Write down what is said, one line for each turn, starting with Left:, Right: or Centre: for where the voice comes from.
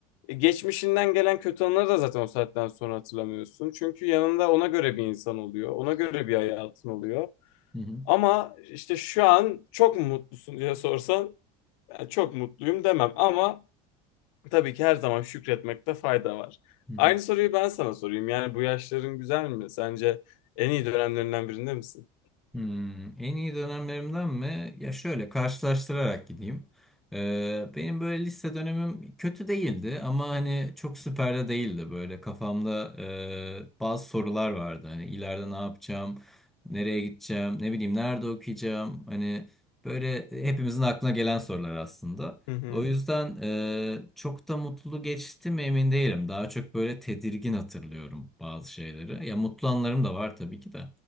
Left: E, Geçmişinden gelen kötü anıları da zaten o saatten sonra hatırlamıyorsun. Çünkü yanında ona göre bir insan oluyor. Ona göre bir hayatın oluyor.
Centre: hı hı,
Left: Ama işte şu an çok mu mutlusun diye sorsan yani çok mutluyum demem ama tabii ki her zaman şükretmekte fayda var.
Centre: hı hı.
Left: Aynı soruyu ben sana sorayım. Yani bu yaşların güzel mi? Sence en iyi dönemlerinden birinde misin?
Centre: Hmm, en iyi dönemlerimden mi? Ya şöyle karşılaştırarak gideyim. Ee, benim böyle lise dönemim kötü değildi ama hani çok süper de değildi. Böyle kafamda e, bazı sorular vardı. Hani ileride ne yapacağım, nereye gideceğim, ne bileyim nerede okuyacağım. Hani böyle hepimizin aklına gelen sorular aslında.
Left: Hı hı.
Centre: O yüzden e, çok da mutlu geçti mi emin değilim. Daha çok böyle tedirgin hatırlıyorum bazı şeyleri. Ya mutlu anlarım da var tabii ki de.